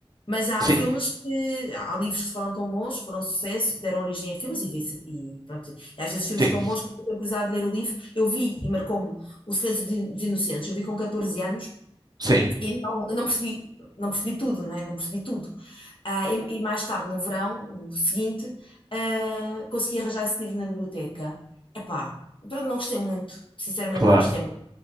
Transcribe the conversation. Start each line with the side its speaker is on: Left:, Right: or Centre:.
Left: Mas há
Right: Sim,
Left: filmes que, há livros que foram tão bons, que foram um sucesso, que deram origem a filmes e vice, e pronto. E às vezes filmes
Right: sim,
Left: tão bons que eu tenho curiosidade de ler o livro. Eu vi e marcou-me O Silêncio dos Inocentes. Eu vi com catorze anos
Right: sim,
Left: E não, eu não percebi, não percebi tudo, né? Não percebi tudo. Ah, e, e mais tarde, no verão, no seguinte, ah, consegui arranjar esse livro na biblioteca. Epá, pronto, não gostei muito. Sinceramente,
Right: claro.
Left: não gostei muito.